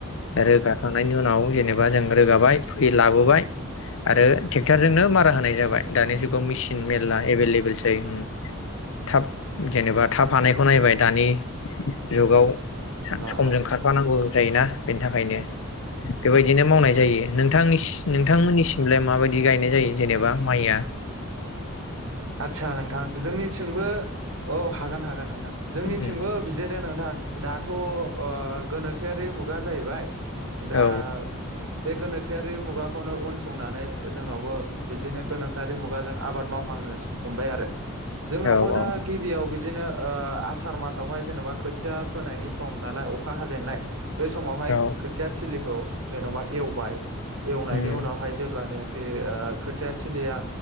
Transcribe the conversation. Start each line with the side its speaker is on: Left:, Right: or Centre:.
Left: आरो गाखांनायनि उनाव जेनेबा जों रोगाबाय फ्रि लाबोबाय आरो टेक्टारजोंनो मा फाहानाय जाबाय दानि जुगाव मेसिन मेलला एभेलेबेलसै उम थाब जेनेबा थाब हानायखौ नायबाय दानि जुगाव
Right: औ
Left: समजों
Right: औ
Left: खारफानांगौ जायोना बेनि थाखायनो बेबायदिनो मावनाय जायो नोंथांनिस नों निसिमलाय माबायदि गायनाय जायो जेनेबा माइ आ
Right: आदसा नोंथां जोंनिथिंबो औ हागोन हागोन नोंथां जोंनिथिंबो
Left: उम
Right: बिदिनो नोंथां दाथ' ओ गोनोखोआरि मुगा जाहैबाय दा
Left: औ
Right: बे गोनोखोआरि मुगाखौनो उन संनानै जोंनावबो बिदिनो गोनोखोआ मुगाजों आबाद मावहांनो हमबाय आरो जोंनावबो
Left: औ
Right: दा
Left: औ
Right: गिबियाव बिदिनो ओ आसार मासावहाय जेन'बा खोथिया फोनायनि सम नालाय अखा हाजेननाय बे समावहाय
Left: औ
Right: खोथिया थिलिखौ जेन'बा एवबाय एवनायनि
Left: उम
Right: उनावहाय जेब्लानो बे ओ खोथिया थिलिया